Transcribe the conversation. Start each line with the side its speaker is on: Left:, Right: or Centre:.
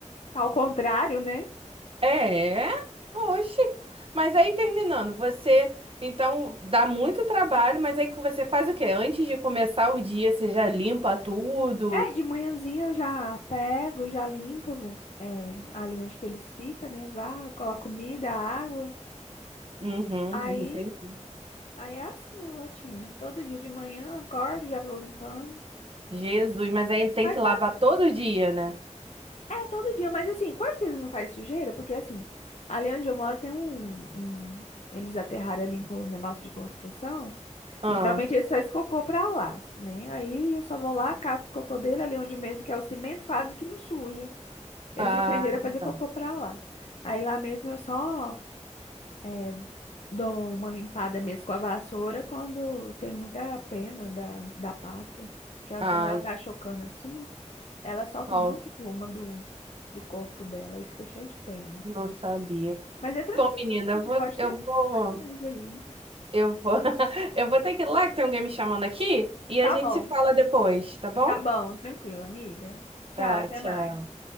Left: Tá Ao contrário, né?
Right: É, oxe. Mas aí terminando, você então dá muito trabalho, mas aí que você faz o quê? Antes de começar o dia, você já limpa tudo.
Left: É, de manhãzinha eu já pego, já limpo é, ali onde que eles ficam, né? Vá, eu coloco comida, água.
Right: Uhum,
Left: Aí,
Right: entendi.
Left: aí é assim a rotina. Todo dia de manhã, acordo, já vou limpando.
Right: Jesus, mas aí tem
Left: Mas
Right: que
Left: quase
Right: lavar todo dia, né?
Left: É, todo dia, mas assim, quase que eles não fazem sujeira, porque assim, ali onde eu moro tem um, um- Eles aterraram ali com um negócio de construção,
Right: Ah,
Left: e geralmente eles fazem cocô pra lá, né? Aí eu só vou lá, cato o cocô dele ali onde mesmo, que é o cimento quase que não suja. Eles
Right: ah,
Left: aprenderam a fazer
Right: tá.
Left: cocô pra lá. Aí lá mesmo eu só eh, dou uma limpada mesmo com a vassoura quando tem muita pena da, da pata, que é
Right: Ai,
Left: quando ela tá chocando assim. Ela solta
Right: solta.
Left: um monte de pluma do, do corpo dela e fica cheia de pena.
Right: Não sabia.
Left: Mas é tranquilo,
Right: Bom, menina,
Left: amiga.
Right: eu vou,
Left: Você pode
Right: eu
Left: ter
Right: vou,
Left: animais aí.
Right: eu vou, <laughs> eu vou ter que ir lá que tem alguém me chamando aqui e
Left: Tá
Right: a gente
Left: bom,
Right: se fala depois, tá bom?
Left: tá bom, tranquilo, amiga. Tchau,
Right: Tá,
Left: até
Right: tchau.
Left: mais.